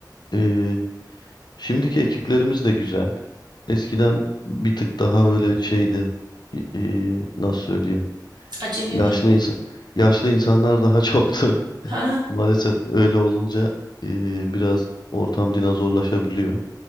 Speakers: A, on the left; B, on the right.
A: E, şimdiki ekiplerimiz de güzel. Eskiden bir tık daha böyle şeydi. E, e, nasıl söyleyeyim?
B: Acemi
A: Yaşlı
B: mi?
A: insan yaşlı insanlar daha <laughs> çoktu.
B: Ha,
A: Maalesef öyle olunca e, biraz ortam dinozorlaşabiliyor.